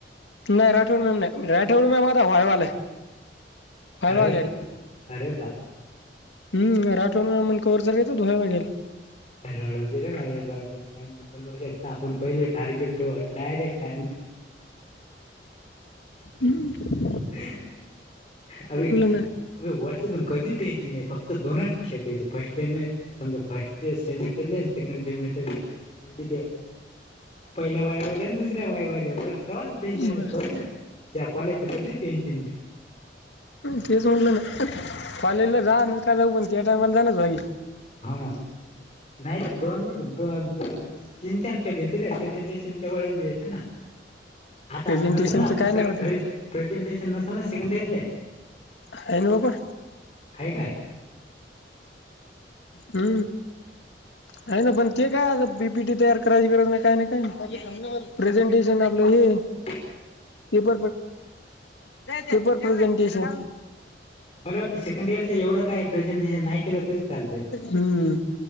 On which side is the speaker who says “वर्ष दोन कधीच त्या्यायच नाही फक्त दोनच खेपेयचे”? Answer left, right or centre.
Left